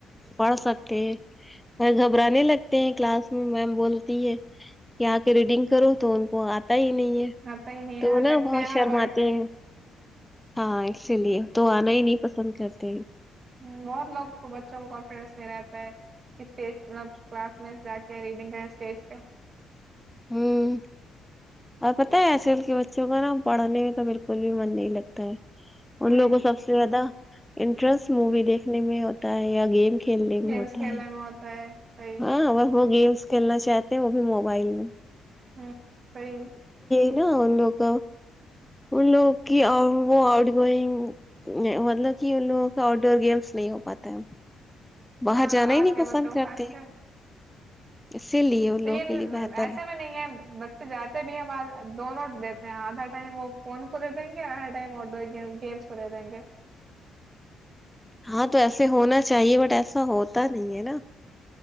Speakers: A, in the centre; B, on the right.
A: پڑھ سکتے ہیں گھبرانے لگتے ہیں کلاس میں میم بولتی ہے کہ آ کے ریڈنگ کرو تو ان کو آ پ ہی نہیں ہے
B: آتا ہی نہیں
A: تو
B: ہے
A: نا
B: اٹکتے
A: بہت
B: ہیں
A: شرم
B: ہر ورڈ
A: آتے
B: پہ
A: ہیں ہاں اسی لیے تو آنا ہی نہیں پسند کرتے کہ
B: بہت لوگ کو بچوں کو کانفیڈینس نہیں رہتا ہے کہ اسٹیج مب کلاس میں جا کے ریڈنگ کریں اسٹیج پہ
A: ہوں اور پت ہے آج کل کے بچوں کا نا پڑھنے میں تو بالکل بھی من نہیں لگتا ہے
B: صحیح
A: ان لوگوں سب سے زیادہ انٹرسٹ مووی دیکھنے میں ہوتا ہے یا گیم کھیلنے
B: گیمس
A: میں ہوتا
B: کھیلنے
A: ہے
B: میں ہوتا ہے صحیح
A: ہاں وہ ہو گی کلنا چاہتے ہیں وہ بھی موبائل میں
B: ہوں سی <unintelligible>
A: ن ان لوگ کا ان لوگوں کی وہ آؤٹ گوئنگ مطلب کہ ان لوگوں کا آؤٹ ڈور گیمس نہیں ہو پاتا ہے باہر
B: ہاں
A: جانا ہی
B: آج
A: نہیں
B: کے
A: پسند
B: بچوں کو
A: کرتے
B: خاص کر
A: اسی لیے وہ
B: تو
A: لوگوں
B: یہ
A: کے لیے بہتر
B: ایسے
A: ہے
B: بھی نہیں بچے جاتے بھی ہیں ب دونوں دیتے ہیں آدھا ٹائم وہ فون کھلے دیں گے اور ہر ٹائم آٹ ڈور گیمس کھلے دیں گے
A: ہاں تو ایسے ہونا چاہیے بٹ ایسا ہوتا نہیں ہے نا